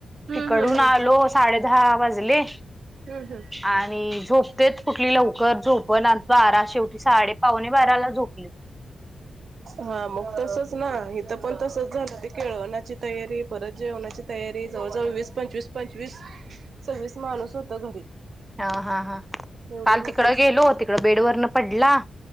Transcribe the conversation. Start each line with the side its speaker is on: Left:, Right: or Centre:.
Right: हम्म
Centre: तिकडून
Right: हम्म हम्म
Centre: आलो साडे दहा वाजले
Right: हुं हुं.
Centre: आणि झोपतेत कुठली लवकर झोपनात बारा शेवटी साडेपावणे बाराला झोपलीत.
Right: हा मग तसच ना इथ पण तसच झालं ते केळवण्याची तयारी परत जेवणाची तयारी जवळ जवळ वीस पंचवीस पंचवीस सव्वीस माणूस होत घरी.
Centre: हा, हा, हा,
Right: एवढे
Centre: काल
Right: होते
Centre: तिकड लो तिकड बेडवरन पडला